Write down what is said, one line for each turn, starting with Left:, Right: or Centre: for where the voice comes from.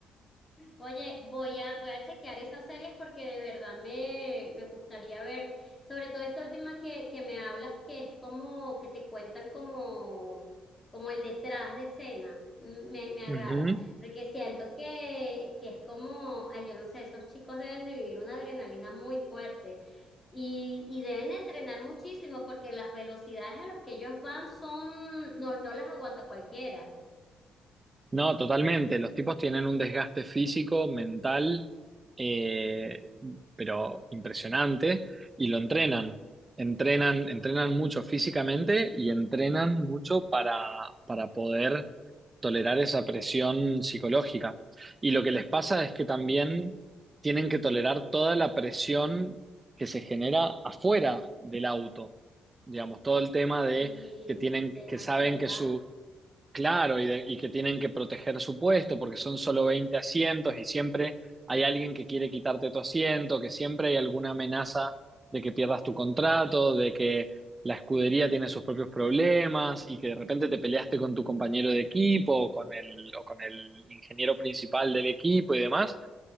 Left: Oye, voy a, voy a chequear esas series porque de verdad me, me gustaría ver, sobre todo esta última que, que me hablas, que es como que te cuentan como, como el detrás de escena, Mm, me, me agrada,
Right: Ujú.
Left: porque siento que, que es como, ay, yo no sé, esos chicos deben de vivir una adrenalina muy fuerte y, y deben de entrenar muchísimo porque las velocidades a las que ellos van son, no, no las aguanta cualquiera,
Right: No, totalmente. Los tipos tienen un desgaste físico, mental, eh, pero impresionante, y lo entrenan. Entrenan, entrenan mucho físicamente y entrenan mucho para, para poder tolerar esa presión psicológica. Y lo que les pasa es que también tienen que tolerar toda la presión que se genera afuera del auto. Digamos, todo el tema de
Left: y
Right: que tienen,
Left: de la
Right: que
Left: ansiedad,
Right: saben que su Claro, y, de- y que tienen que proteger su puesto porque son solo 20 asientos y siempre hay alguien que quiere quitarte tu asiento, que siempre hay alguna amenaza de que pierdas tu contrato, de que la escudería tiene sus propios problemas y que de repente te peleaste con tu compañero de equipo o con el, o con el ingeniero principal del equipo y demás.